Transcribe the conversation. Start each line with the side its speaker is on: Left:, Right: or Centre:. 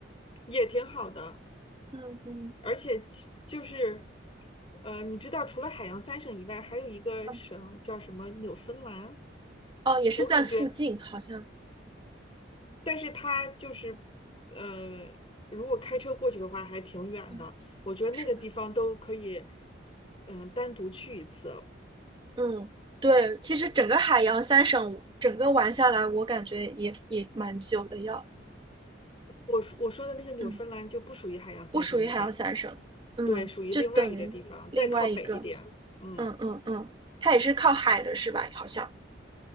Left: 也挺好的，
Right: 嗯嗯
Left: 而且其就是，呃，你知道，除了海洋三省以外，还有一个省叫什么纽芬兰，
Right: 嗯，哦，也是在附近，
Left: 我感觉，
Right: 好像，
Left: 但是它就是，呃，如果开车过去的话，还挺远的。
Right: 嗯，
Left: 我觉得那个地方都可以，
Right: 是的。
Left: 嗯、单独去一次。
Right: 嗯，对，其实整个海洋三省整个玩下来，我感觉也也蛮久的要，
Left: 我说我说的那个纽芬兰就不属于海洋三省里边，
Right: 嗯。不属于海洋三省，嗯，
Left: 对，属于另外一个地方，
Right: 就等于另外一个，
Left: 再靠北一点。嗯，
Right: 嗯嗯嗯，它也是靠海的是吧？好像